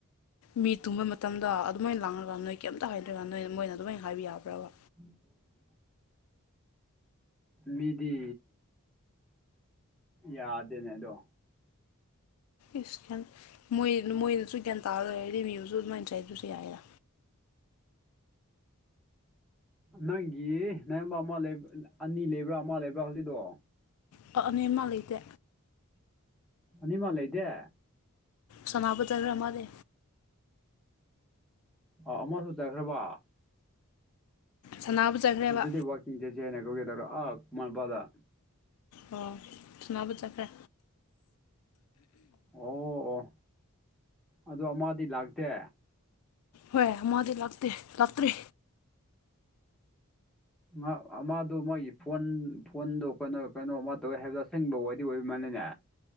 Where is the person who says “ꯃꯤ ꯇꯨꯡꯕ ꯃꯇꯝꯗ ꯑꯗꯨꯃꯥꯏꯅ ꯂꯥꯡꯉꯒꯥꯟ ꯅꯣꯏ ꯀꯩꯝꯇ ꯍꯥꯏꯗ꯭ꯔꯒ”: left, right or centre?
Left